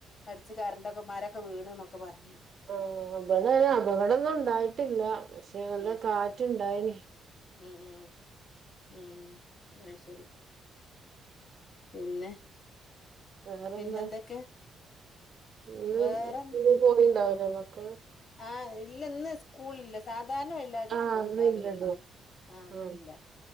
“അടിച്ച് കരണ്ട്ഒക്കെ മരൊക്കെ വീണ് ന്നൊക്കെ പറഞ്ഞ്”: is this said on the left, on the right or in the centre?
Left